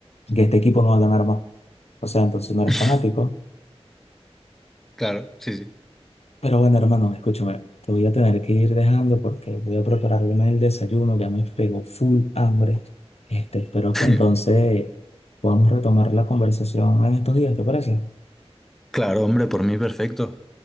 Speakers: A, on the left; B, in the centre.
A: que este equipo no va a ganar más. O sea, entonces no eres
B: <laughs>
A: fanático,
B: Claro, sí, sí.
A: Pero bueno, hermano, escúchame, te voy a tener que ir dejando porque voy a prepararme el desayuno, ya me pegó full hambre. Este, espero que entonces
B: <laughs>
A: podamos retomar la conversación en estos días, ¿te parece?
B: Claro, hombre, por mí perfecto.